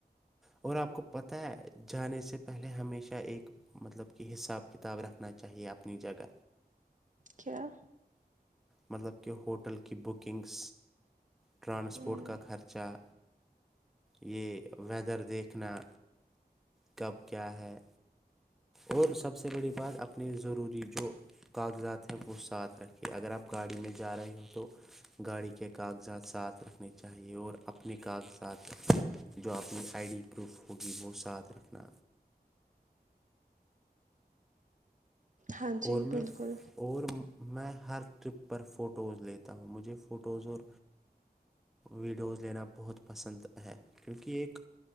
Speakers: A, in the centre; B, on the right.
A: اور آپ کو پتا ہے جانے سے پہلے ہمیشہ ایک مطلب کہ حساب کتاب رکھنا چاہیے اپنی جگہ
B: کیا
A: مطلب کہ ہوٹل کی بکنگس ٹرانسپورٹ
B: ہ
A: کا خرچہ یہ ویدر دیکھنا کب کیا ہے اور سب سے بڑی بات اپنے ضروری جو کاغذات ہیں وہ ساتھ رکھی اگر آپ گاڑی میں جا رہی ہوں تو گاڑی کے کاغذات ساتھ رکھنے چاہیے اور اپنے کاغذات جو اپنی آئی ڈی پروف ہوگی وہ ساتھ رکھنا
B: ہاں جی
A: اور میں
B: بالکل
A: اور میں ہر ٹرپ پر فوٹوز لیتا ہوں مجھے فوٹوز اور ویڈیوز لینا بہت پسند ہے کیونکہ ایک